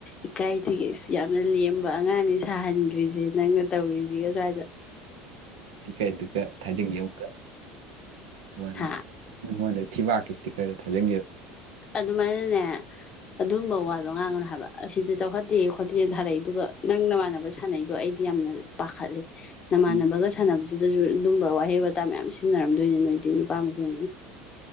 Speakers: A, on the left; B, on the right.
A: ꯏꯀꯥꯏꯊꯤꯒꯦ ꯌꯥꯝꯅ ꯂꯦꯝꯕ ꯑꯉꯥꯡꯅꯦ ꯁꯥꯍꯟꯈ꯭ꯔꯤꯁꯦ ꯅꯪꯅ ꯇꯧꯔꯤꯁꯤꯒ ꯁ꯭ꯋꯥꯏꯗ
B: ꯇꯤꯀꯩꯗꯨꯒ ꯊꯥꯖꯟꯒꯦ ꯑꯃꯨꯛꯀ ꯃꯉꯣꯟꯗ
A: ꯍꯥ
B: ꯉꯣꯟꯗ ꯊꯤꯕꯥꯛꯀꯤ ꯁ꯭ꯇꯤꯀꯔ ꯊꯥꯖꯟꯒꯦꯕ
A: ꯑꯗꯨꯃꯥꯏꯅꯅꯦ ꯑꯗꯨꯝꯕ ꯋꯥꯗꯣ ꯉꯥꯡꯒꯅꯣ ꯍꯥ ꯍꯥꯏꯕ ꯑꯁꯤꯗꯤ ꯆꯥꯎꯈꯠꯇꯦ ꯈꯣꯠꯇꯦꯅ ꯊꯥꯔꯛꯏ ꯑꯗꯨꯒ ꯅꯪ ꯅꯃꯥꯟꯅꯕ ꯁꯥꯟꯅꯩꯗꯣ ꯑꯩꯗꯤ ꯌꯥꯝꯅ ꯄꯥꯈꯠꯂꯤ ꯅꯃꯥꯟꯅꯕꯒ
B: ꯎꯝ
A: ꯁꯥꯟꯅꯕꯗꯨꯗꯁꯨ ꯑꯗꯨꯝꯕ ꯋꯥꯍꯩ ꯋꯥꯇꯥ ꯃꯌꯥꯝ ꯁꯤꯖꯤꯟꯅꯔꯝꯗꯣꯏꯅꯤ ꯅꯣꯏ ꯗꯤ ꯅꯨꯄꯥ ꯃꯁꯦꯟꯅꯤꯅ